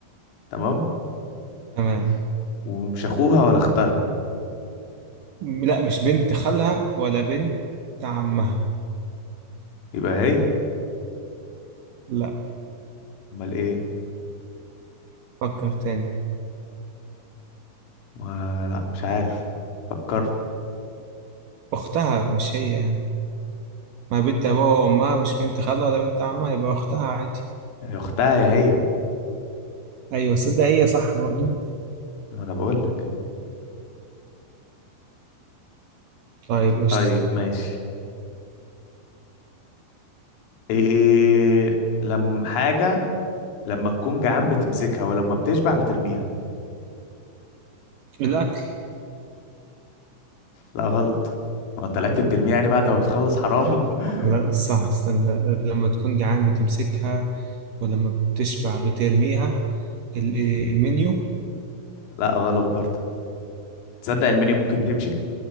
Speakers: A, on the left; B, on the right.
A: تمام
B: تمام
A: ومش اخوها ولا اختها
B: لا مش بنت خالها ولا بنت عمها
A: يبقى هي
B: لا
A: امال ايه
B: فكر تاني
A: ما لا مش عارف فكرت
B: اختها مش هي يعني ما بنت ابوها وامها مش بنت خالها ولا بنت عمها يبقى اختها عادي
A: يا اختها يا هي
B: ايوه صدق هي صح برضو
A: ما انا بقول لك
B: طيب قشطة
A: طيب ماشي ايه لما حاجة لما تكون جعان بتمسكها ولما بتشبع بترميها
B: الاكل
A: لا غلط هو انت الاكل بترميه يعني بعد ما بتخلص حرام <laughs>
B: لا صح استنى لما تكون جعان بتمسكها ولما بتشبع بترميها ال- إيه، المنيو
A: لا غلط برضه تصدق المنيو ممكن تمشي